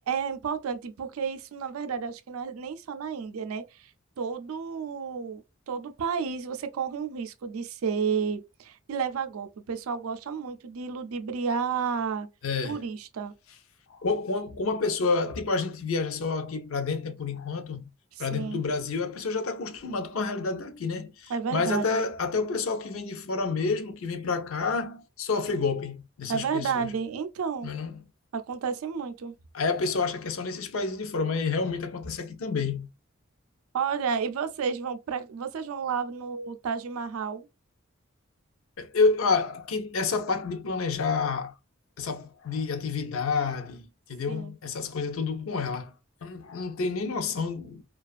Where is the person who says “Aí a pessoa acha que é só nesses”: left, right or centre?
Left